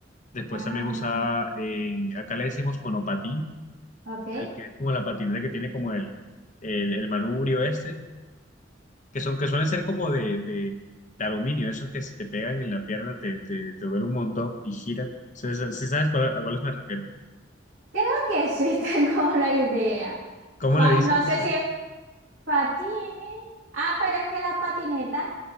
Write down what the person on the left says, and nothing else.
Después
también usaba, eh, acá le decimos monopatín,
el que es como la patineta que tiene como el, el, el manubrio este que son, que suelen ser como de, de, de aluminio, esos que si te pegan en la pierna te, te, te duele un montón y giran. Si sabes cuál- a cuáles me refiero?
¿Cómo
le dicen
ustedes?